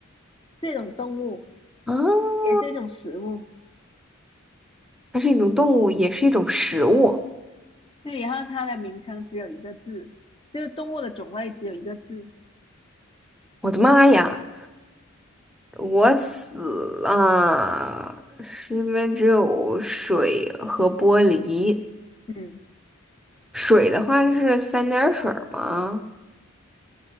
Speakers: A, on the left; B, in the centre.
A: 是一种动物，
B: 啊，
A: 也是一种食物。
B: 它是一种动物，也是一种食物。
A: 对，然后它的名称只有一个字，就是动物的种类只有一个字，
B: 我的妈呀，我死了！身边只有水和玻璃。
A: 嗯，
B: 水的话就是三点水儿吗？